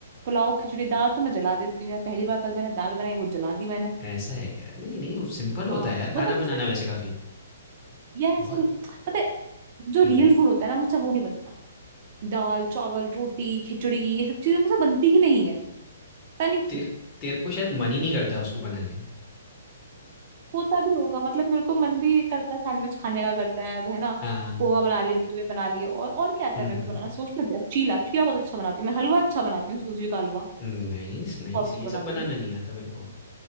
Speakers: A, on the right; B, on the left.
A: पुलाव खिचड़ी दाल तो मैं जला देती हूँ यार पहली बार कल मैंने दाल बनाई वो जला दी मैंने
B: ऐसा है क्या नहीं नहीं वो सिंपल होता
A: हाँ
B: है यार
A: मतलब
B: खाना
A: मुझसे
B: बनाना वैसे काफी
A: यार ऐसा
B: बहुत
A: पता है जो
B: हम्म
A: रियल फूड होता है ना मुझसे वो नहीं बनता दाल चावल रोटी खिचड़ी ये सब चीजें मुझसे बनती ही नहीं है पता नहीं
B: तेर
A: क्यों
B: तेरे को शायद मन ही नहीं करता उसको बनाने का
A: होता भी होगा मतलब मेरे को मन भी करता है सैंडविच खाने का करता है है ना
B: हाँ
A: पोहा
B: <laughs>
A: बना लिया जुए बना लिए और और क्या आता
B: हम्म
A: है मेरे को बनाना सोचने दे चीला चीला बहुत अच्छा बनाती हूँ मैं हलवा अच्छा बनाती हूँ सूजी का हलवा
B: हम्म नाइस नाइस
A: बहुत अच्छा
B: ये
A: बनाती
B: सब बनाना
A: हूँ
B: नहीं आता मेरे को